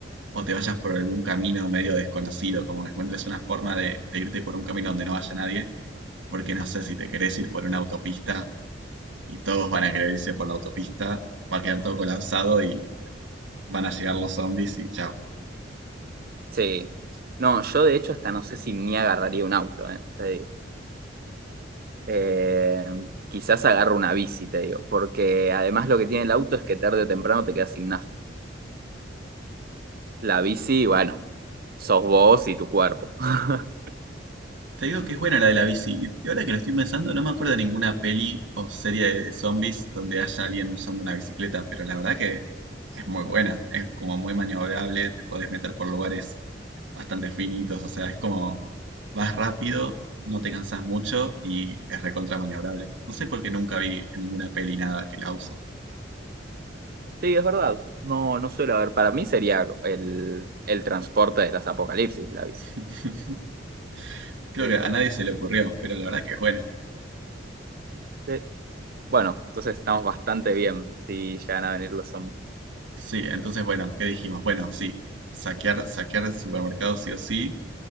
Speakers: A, on the right (about 80°); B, on the right (about 55°).
A: o te vayas por algún camino medio desconocido, como que encuentres una forma de, de irte por un camino donde no vaya nadie porque no sé, si te querés ir por una autopista y todos van a querer irse por la autopista, va a quedar todo colapsado y van a llegar los zombies y chao.
B: sí. No, yo de hecho hasta no sé si ni agarraría un auto, eh, te digo. Eh, quizás agarro una bici, te digo, porque además lo que tiene el auto es que tarde o temprano te quedas sin nafta. La bici, bueno, sos vos y tu cuerpo. <laughs>
A: Te digo que es buena la de la bici. Y ahora que lo estoy pensando, no me acuerdo de ninguna peli o serie de zombies donde haya alguien usando una bicicleta, pero la verdad que es muy buena. Es como muy maniobrable, te podés meter por lugares bastante finitos, o sea, es como vas rápido, no te cansás mucho y es recontra maniobrable. No sé por qué nunca vi en ninguna peli nada que la usen.
B: Sí, es verdad. No, no suele haber. Para mí sería el, el transporte de las apocalipsis, la bici.
A: <laughs> Creo
B: Sí,
A: que a
B: sí,
A: nadie se le ocurrió, pero la verdad que es buena.
B: sí. Bueno, entonces estamos bastante bien si llegan a venir los zombies.
A: Sí, entonces bueno, ¿qué dijimos? Bueno, sí, saquear, saquear supermercados sí o sí.